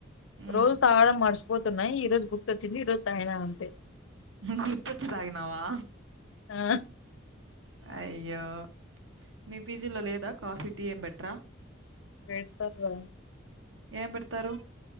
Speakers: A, on the right; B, on the left.
A: హ్మ్.
B: రోజు తాగడం మడుస్ పోతున్నాయి ఈ రోజు గుర్తొచ్చింది ఈ రోజు తాగిన అంతే
A: గుర్తొచ్చి తాగినావా
B: ఆ
A: అయ్యో మీ పిజిలో లేదా కాఫీ టీ ఏం పెట్రా
B: పెడ్తర్ గా
A: ఏం పెడతారు